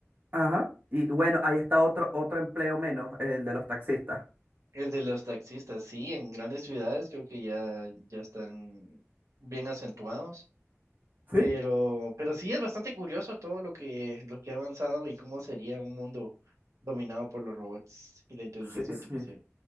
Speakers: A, on the right (about 40°); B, on the right (about 85°).
A: ajá. Y bueno, ahí está otro, otro empleo menos, el de los taxistas.
B: El de los taxistas, sí, en grandes ciudades creo que ya, ya están bien acentuados, pero,
A: Sí,
B: pero sí es bastante curioso todo lo que, lo que ha avanzado y cómo sería un mundo dominado por los robots y la inteligencia
A: Sí, sí.
B: artificial.